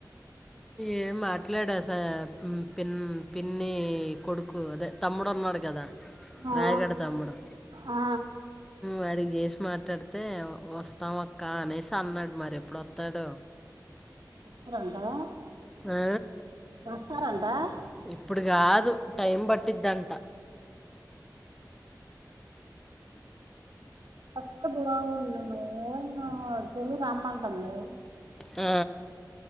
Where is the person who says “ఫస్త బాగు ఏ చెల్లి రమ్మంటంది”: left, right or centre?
Right